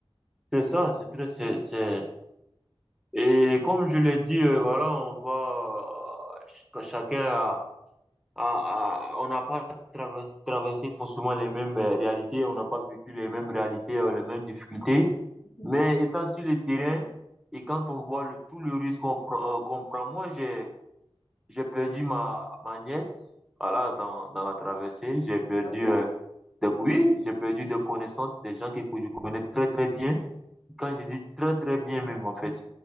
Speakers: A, in the centre; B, on the left.
A: c'est ça c'est très, c'est, c'est- Et comme je l'ai dit, euh, voilà, on va, euh, ch- chacun a, a- a- on n'a pas traversé, traversé forcément les mêmes euh, réalités, on n'a pas vécu les mêmes réalités, euh, les mêmes difficultés.
B: Mhm.
A: Mais étant sur le terrain et quand on voit le, tout le risque qu'on prend, euh, qu'on prend, moi, j'ai, j'ai perdu ma, ma nièce, voilà, dans, dans la traversée, j'ai perdu,
B: Ah bon?
A: euh, des, oui, j'ai perdu des connaissances, des gens que que je connais très, très bien quand je dis très très bien même en fait,